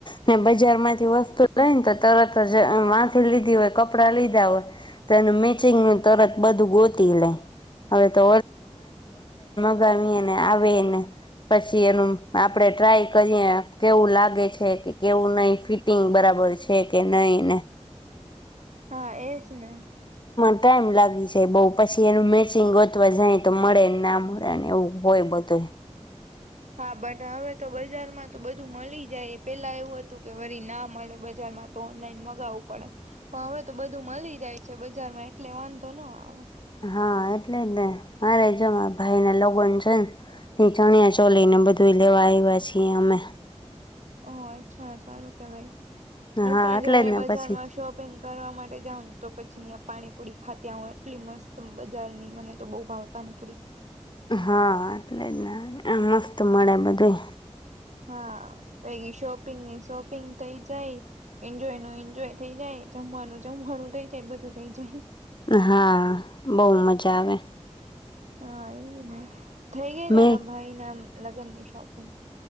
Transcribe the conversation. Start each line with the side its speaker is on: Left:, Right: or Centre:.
Left: બ બજાર માંથી વસ્તુ લઈ ને તો તરત જ માથી લીધી હોય કપડા લીધા હોય તો એ મિક ચિંગ નુ તરત બધું ગોતી લે હવેતો <unintelligible> ગરમીને આવે ને પછી એનું આપડે ટ્રાય કરીએ કેવું લાગે છે કે કેવું નહી ફિટિંગ બરાબર બરાબર છે કે નહી ને
Right: હા એજ ને
Left: ટાઈમ લાગી છે બઉ પછી એનું મેચિંગ ગોતવા જાય તો મળે ના મળે ને એવું હોય બધ્યે
Right: હા બટ હવે તો બજારમાં તો બધું મળી જાય પેલા એવું હતું કે ફરી ના મળે બજાર તો ઓનલાઈન મગાવવું પડે પણ હવે તો બધું મળી જાય છે બજારમાં એટલે વાંધો નો આવે
Left: હા એટલે જ ને મારે જો મા ભાઈ ના લોગન છે ને ચણિયા ચોલી ને બધું લેવા આવ્યા છીએ અમે.
Right: ઓહ અચ્છા સારું કેવાય. હું
Left: હા
Right: પણ
Left: એટલે
Right: જારે
Left: જ ને
Right: બજારમાં
Left: પછી
Right: શોપિંગ કરવા માટે જાઉ તો પછી પાણીપુરી ખાતી આટલી મસ્ત બજારની મને તો બહુ ભાવે પાણીપુરી
Left: હા એટલે જ ને મસ્ત મળે બધું
Right: હા પ શોપિંગ ની શોપિંગ થઇ જાય એન્જોય ન એન્જોય થઇ જાય જમવાનું જમવાનું થઇ જાય બધું થઇ જાય
Left: હા બહુ મજા આવે.
Right: હા એ થઈ ગઈ તારા
Left: મેં
Right: ભાઈ ના લગ્ન ની શોપિંગ?